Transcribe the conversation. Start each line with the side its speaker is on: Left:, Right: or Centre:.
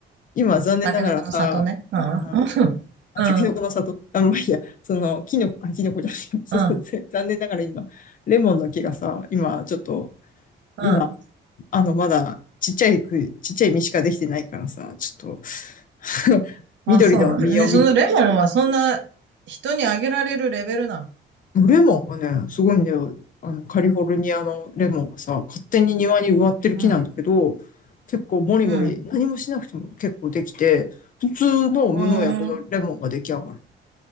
Left: 今は残念ながらさ、
Right: タケノコの里ね。うん。
Left: あ、
Right: <laughs> うん。
Left: タケノコの里、あ、まあ、いいや、その、キノコ、あ、キノコじゃない、<laughs> そうそう残念ながら今、
Right: うん。
Left: レモンの木がさ、今ちょっと、
Right: うん。
Left: 今、あの、まだちっちゃいく、ちっちゃい実しかできてないからさ、ちょっと <laughs>
Right: まあ、
Left: 緑の実を見、
Right: そうなんだ。ね、そのレモンはそんな人にあげられるレベルなの。
Left: レモンがね、すごいんだよ。あの、カリフォルニアのレモンがさ、勝手に庭に植わってる木なんだけど、
Right: うん。
Left: 結構もりもり、
Right: うん。
Left: 何もしなくても結構できて、普通の無農薬のレモンが出来上がる。
Right: うーん。